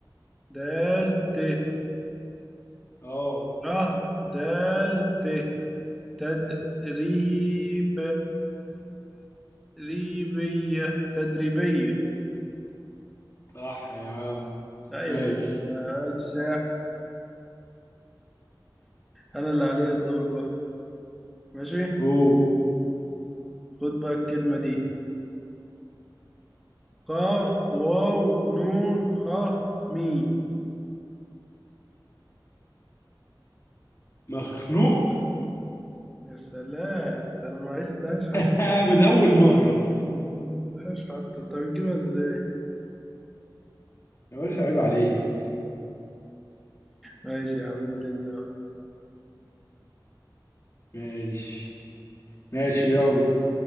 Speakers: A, in the centre; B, on the left (about 35°).
A: دال ت
B: اه
A: ره دال ت تدريب تدريبية تدريبية
B: صح يا عم
A: لا
B: ماشي
A: يا أخي بس أنا اللي عليا الدور بقى ماشي
B: هو
A: خد بقى الكلمة دي قاف واو نون خ ميم
B: مخنوق
A: يا سلام ده أنا ما عرفتهاش حتى
B: <laughs> آه من أول مرة
A: ما عرفتهاش حتى أنت بتجيبها إزاي
B: يا باشا عيب عليك
A: ماشي يا عم قول أنت بقى
B: ماشي ماشي يلا